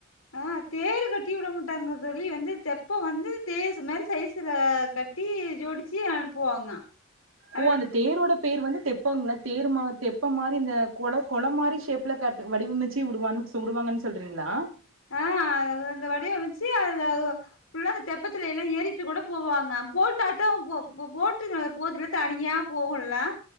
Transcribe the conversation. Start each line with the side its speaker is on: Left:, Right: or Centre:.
Left: அ தேரு கட்டி விட மாட்டாங்க தோழி இது வந்து தெப்போ வந்து தேசு மாரி சைசுல கட்டி ட்டி ஜோடிச்சு அனுப்புவாங்க அது
Right: ஓ அந்த தேரோட பேர் வந்து தெப்போங்கலா தேர் மா தெப்போ மாரி இந்த கொல கொல மாரி ஷேப் <inaudible> காட்டு வடிவமைச்சு உடுவாங்கன் உடுவாங்கன் சொல்றீங்களா
Left: ஆ அத அந்த வடிவமைச்சு அத ஃபுல்லா அந்த தெப்பத்துல எல்லா ஏறிட்டு கூட போவாங்க போட்டாட்டோ போ போ போட்டு போதுல தனியா போகுல்ல